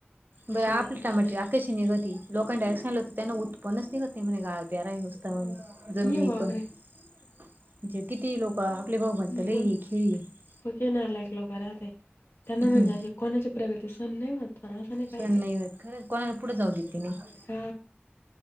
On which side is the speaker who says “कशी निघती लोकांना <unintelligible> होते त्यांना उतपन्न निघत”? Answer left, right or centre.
Right